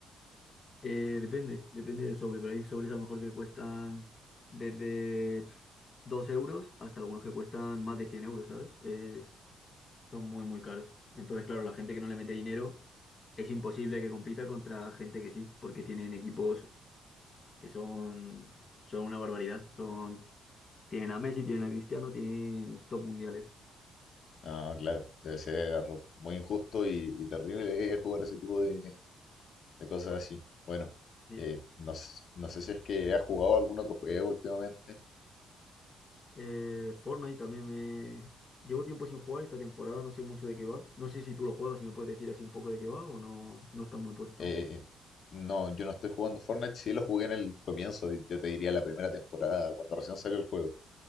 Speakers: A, on the left; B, on the left.
A: Eh, depende, depende del sobre, pero hay sobres a lo mejor que cuestan desde... pf, 2 euros hasta algunos que cuestan más de 100 euros, ¿sabes? Es, son muy, muy caros. Entonces, claro, la gente que no le mete dinero es imposible que compita contra gente que sí, porque tienen equipos que son, son una barbaridad. Son, tienen a Messi, tienen a Cristiano, tienen top mundiales.
B: Ah, claro, debe ser muy injusto y, y terrible eh, jugar ese tipo de, de cosas así. Bueno,
A: Sí.
B: eh, no, s- no sé si es que has jugado algún otro juego últimamente.
A: Eh, Fortnite también me... Llevo tiempo sin jugar esta temporada, no sé mucho de qué va. No sé si tú lo juegas, si me puedes decir así un poco de qué va o no, no estás muy puesto.
B: Eh, no, yo no estoy jugando Fortnite. Sí lo jugué en el comienzo, yo te diría la primera temporada, cuando recién salió el juego.